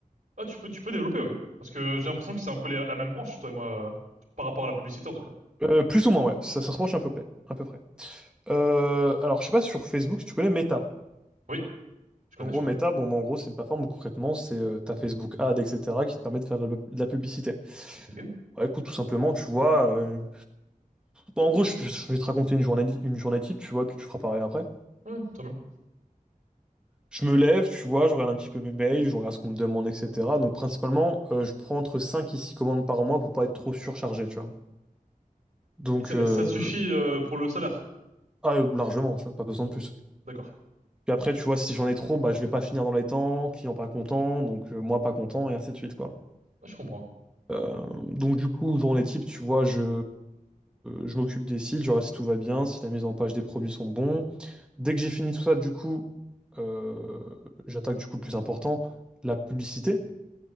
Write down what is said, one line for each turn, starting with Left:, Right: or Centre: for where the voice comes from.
Right: Ah tu peux tu peux développer oui parce que j'ai l'impression que c'est un peu les- la même branche toi et moi euh, par rapport à la publicité en tout cas.
Centre: Euh, plus ou moins, ouais. Ça, ça se rapproche à peu près. À peu près. Euh, alors, je sais pas si sur Facebook si tu connais Meta.
Right: Oui je connais
Centre: En gros,
Right: je connais.
Centre: Meta, bon, bah, en gros, c'est une plateforme où concrètement, c'est euh, ta Facebook Ad, etc., qui te permet de faire de la, de la publicité.
Right: Ok.
Centre: Bah, écoute, tout simplement, tu vois. euh, bah, en gros, je, je vais te raconter une journée, une journée type, tu vois, puis tu feras pareil après.
Right: Ouais très bien.
Centre: Je me lève, tu vois, je regarde un petit peu mes mails, je regarde ce qu'on me demande, etc. Donc principalement, euh, je prends entre 5 et 6 commandes par mois pour pas être trop surchargé, tu vois. Donc,
Right: Et ça,
Centre: euh,
Right: et ça te suffit euh, pour le salaire?
Centre: ah, euh, largement, tu vois, pas besoin de plus.
Right: D'accord.
Centre: Puis après, tu vois, si j'en ai trop, bah, je vais pas finir dans les temps, client pas content, donc euh, moi pas content, et ainsi de suite, quoi.
Right: Ah, je comprends.
Centre: Euh, donc du coup, dans les types, tu vois, je, je m'occupe des sites, je regarde si tout va bien, si la mise en page des produits sont bons. Dès que j'ai fini tout ça, du coup, euh, j'attaque du coup le plus important, la publicité.